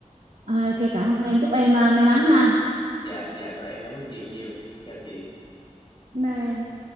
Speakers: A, on the right; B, on the left.
A: Ờ, ok cảm ơn em chúc em à, may mắn ha
B: dạ dạ rồi em cảm ơn chị nhiều chào chị
A: bye em.